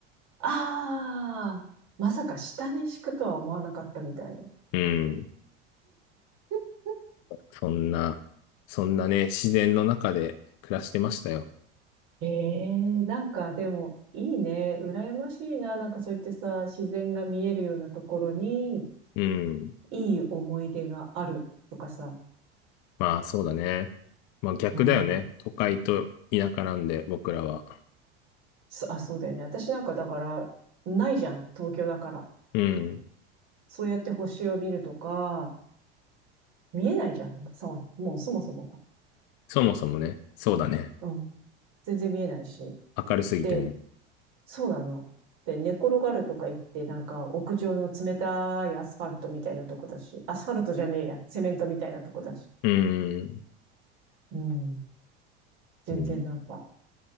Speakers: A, on the right; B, on the left.
A: ああ、まさか下に敷くとは思わなかったみたいな。
B: うん。
A: <laughs>
B: そんな、そんなね、自然の中で暮らしてましたよ。
A: ええなんかでも、いいね。羨ましいな。なんかそう言ってさ、自然が見えるようなところに、
B: うん。
A: いい思い出があるとかさ。
B: まあ、そうだね。まあ、逆だよね。
A: うん。
B: 都会と田舎なんで、僕らは。
A: そあ、そうだよね。私なんかだから、ないじゃん。東京だから。
B: うん。
A: そうやって星を見るとか、見えないじゃん。そう、もうそもそもが。
B: そもそもね、そうだね。
A: うん。全然見えないし。
B: 明るすぎてね。
A: で、そうなの。で、寝転がるとか言って、なんか屋上の冷たいアスファルトみたいなとこだし、アスファルトじゃねえや、セメントみたいなとこだし。
B: うーん。
A: うん。全然なんか
B: うん。